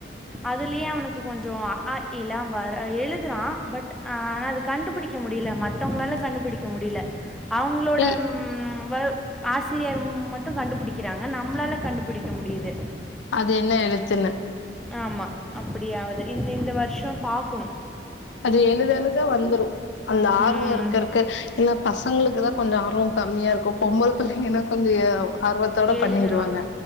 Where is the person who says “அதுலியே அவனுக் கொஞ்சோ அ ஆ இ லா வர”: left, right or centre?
Centre